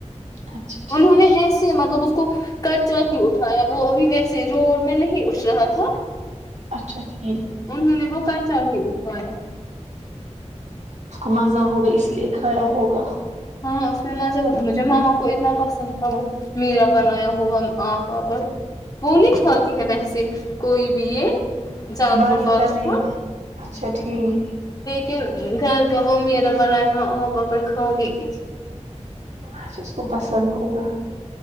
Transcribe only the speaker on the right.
اچھا ٹھیک
اچھا ٹھیک
اس کو مزہ ہوگا اس لیے کھایا ہوگا
باہر
کا نہیں اچھا ٹھیک
اچ کو پسند ہوگا